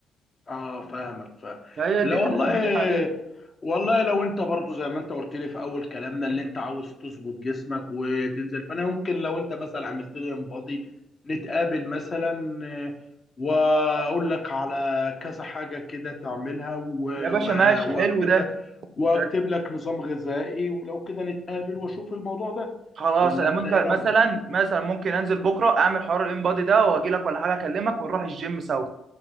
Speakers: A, on the left; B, on the right.
A: اه فاهمك فاهم
B: فهي
A: لا
B: دي اللي
A: والله
B: احنا بنقول عليه
A: والله لو انت برضو زي ما انت قلت لي في اول كلامنا اللي انت عاوز تظبط جسمك وتنزل فانا ممكن لو انت مثلا عملت لي انبادي نتقابل مثلا آه، واقول لك على كذا حاجة كده تعملها و-
B: يا باشا
A: و-
B: ماشي حلو
A: واكتب
B: ده
A: لك واكتب
B: ده
A: لك نظام غذائي ولو كده نتقابل واشوف الموضوع ده
B: خلاص
A: ولا
B: انا
A: انت
B: ممكن
A: ايه رأيك
B: مثلا مثلا ممكن انزل بكره اعمل حوار الان بادي ده واجي لك ولا حاجه اكلمك ونروح الجيم سوا